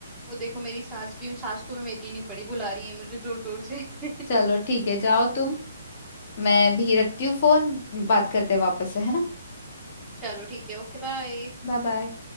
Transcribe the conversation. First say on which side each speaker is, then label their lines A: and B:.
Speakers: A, in the centre; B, on the left (about 45°).
A: वो देखो मेरी सास भी सास को भी मेरी नहीं पड़ी बुला रही है मुझे जोर जोर से <laughs>
B: चलो ठीक है जाओ तुम मैं भी रखती हूँ फोन बात करते हैं वापस से है ना
A: चलो ठीक है ओके बाय
B: Bye bye